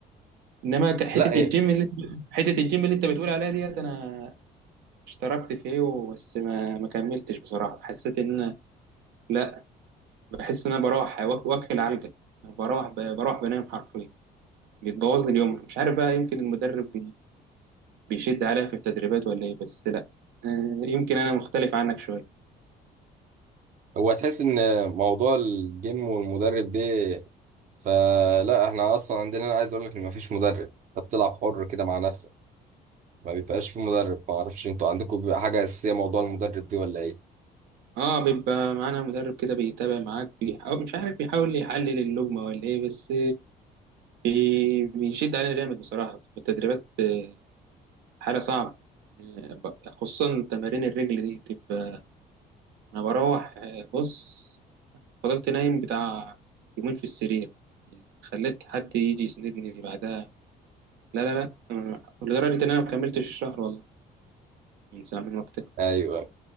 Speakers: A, on the right; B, on the right.
A: انما ك- حتة
B: لا إيه،
A: الجيم اللي حتة الجيم اللي انت بتقول عليها ديت انا اشتركت فيه و- بس ما ما كملتش بصراحة حسيت ان انا لا بحس ان انا بروح واك- واكل علقة بروح ب- بروح بنام حرفيا بيتبوظ لي اليوم مش عارف بقى يمكن المدرب بيشد عليها في التدريبات ولا إيه بس لأ آه، يمكن أنا مختلف عنك شوية
B: هو تحس ان موضوع الجيم والمدرب ده فلا احنا اصلا عندنا انا عايز اقول لك ان مفيش مدرب انت بتلعب حر كده مع نفسك ما بيبقاش في مدرب ما اعرفش انتوا عندكم بيبقى حاجه اساسيه موضوع المدرب دي ولا ايه
A: اه بيبقى معانا مدرب كده بيتابع معاك بيحاول مش عارف بيحاول يحلل اللجمة ولا ايه بس بي- بيشد علينا جامد بصراحة في التدريبات آه، حاجة صعبة آه، ب- خصوصا تمارين الرجل دي بتبقى انا بروح آه، بص فضلت نايم بتاع يومين في السرير خليت حد يجي يسندني بعدها لا لا لا آه، لدرجة ان انا ما كملتش الشهر والله من ساعة من وقتها
B: ايوه